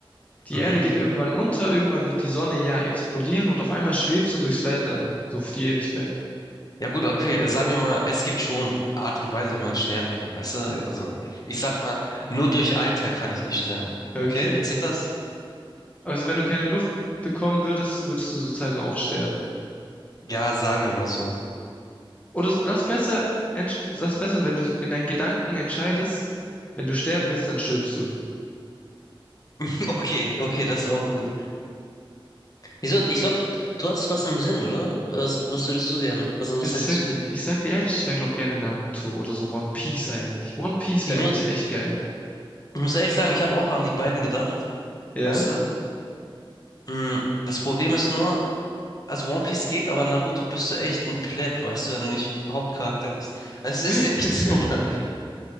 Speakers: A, on the left; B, on the left.
A: Die
B: Mhm.
A: Erde geht irgendwann unter, irgendwann wird die Sonne ja explodieren und auf einmal schwebst du durchs Weltall. So für die Ewigkeit.
B: Ja gut, okay, sagen wir mal, es gibt schon Art und Weisen, wie man sterben kann, weißt du? Also, ich sag mal, nur durch Alter kann ich nicht sterben.
A: Okay.
B: Okay? Zählt das?
A: Also wenn du keine Luft bekommen würdest, würdest du sozusagen auch sterben.
B: Ja, sagen wir mal so.
A: Oder lass besser, entsch- lass besser, wenn du in deinen Gedanken entscheidest, wenn du sterben willst, dann stirbst du.
B: <laughs> Okay, okay, das ist auch gut. Wieso? Ich glaube, du hattest was im Sinn, oder? Was, was würdest du gerne? Also, was
A: Also
B: hättest
A: ich sag,
B: du gewählt?
A: ich sag dir ehrlich, ich wäre glaube gerne Naruto oder so One Piece eigentlich. One Piece
B: Ich
A: wäre
B: muss,
A: eigentlich echt geil.
B: ich muss ehrlich sagen, ich habe auch an die beiden gedacht,
A: Ja?
B: weißt du? Mm, Das Problem ist nur, also One Piece geht, aber Naruto bist du echt ein Pleb, weißt du, wenn du nicht Hauptcharakter bist. Es ist
A: <laughs>
B: echt so, Mann.